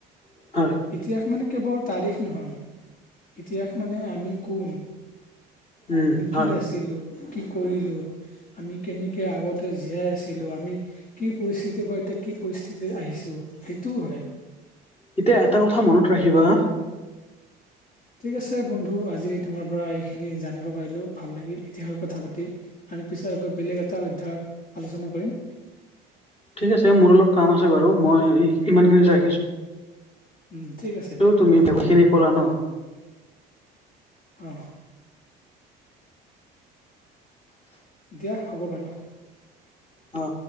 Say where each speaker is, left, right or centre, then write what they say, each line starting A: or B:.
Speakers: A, on the left; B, on the left.
A: <unintelligible>
B: ইতিহাস মানে কেৱল তাৰিখ নহয় ইতিহাস মানে আমি কোন
A: উম
B: আমি কি
A: হয়
B: আছিলো কি কৰিলো আমি কেনেকে আগতে জীয়াই আছিলো আমি কি পৰিস্থিতিৰ পৰা এতিয়া কি পৰিস্থিতিত আহিছো সেইটোও হয়
A: এতিয়া এটা কথা মনত ৰাখিবা
B: ঠিক আছে বন্ধু আজি তোমাৰ পৰা এইখিনি জানিব পাৰিলো ভাল লাগিল ইতিহাসৰ কথা পাতি আমি পিছত আকৌ বেলেগ এটা অধ্যায়ত আলোচনা কৰিম।
A: ঠিক আছে মোৰ অলপ কাম আছে বাৰু মই ইমান খিনিতে ৰাখিছো
B: উম ঠিক আছে। দিয়া হ'ব
A: তুমি বহুত খিনি ক'লা ন।
B: অ দিয়া হ'ব বাৰু।
A: অ